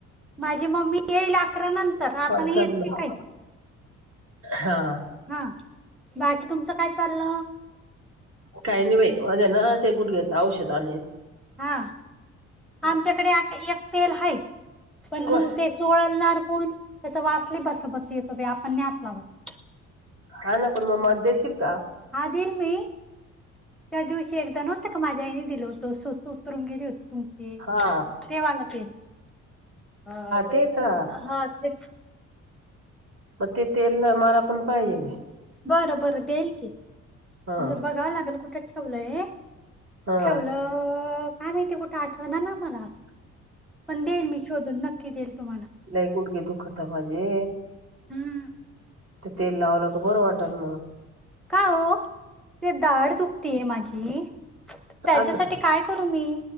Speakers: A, in the centre; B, on the right.
A: माझी मम्मी येईल अकरा नंतर
B: कॉल
A: आता नाही
B: करना.
A: येत ती काही
B: हा.
A: हा बाकी तुमचं काय चाललं.
B: काही नाही बाई माझ्या ना, ते गुडघ्याच औषध आण
A: हा आमच्याकडे एक तेल आहे पण
B: को
A: मग ते चोळलणार कोण त्याचा वाचले बस बस येतो आपण नातला होत
B: हा ना कोर् म मध्यशिक का
A: हा दिल मी त्या दिवशी एकदा नत माझ्या आईने दिल होतो सुचत ंगिरी होती तुमची
B: हा
A: तेवाला ते हा तेच
B: ते का
A: हा तेच
B: मग ते तेल मला पण पाहिजे मी
A: बरं बरं देईल की
B: हा
A: म्ह बघावं लागेल कुठं ठेवलं
B: हा
A: ठेवलं काय माहिती कुठं आठवणार ना मला आता पण देईल मी शोधून नक्की देईल तुम्हाला.
B: नाही क उठ गे दु खत भाजे
A: हम्म
B: तेल लावलं क बरं वाटल मग
A: का हो ते धाड दुखतीय माझी त्याच्यासाठी
B: अग त्याला
A: काय करू मी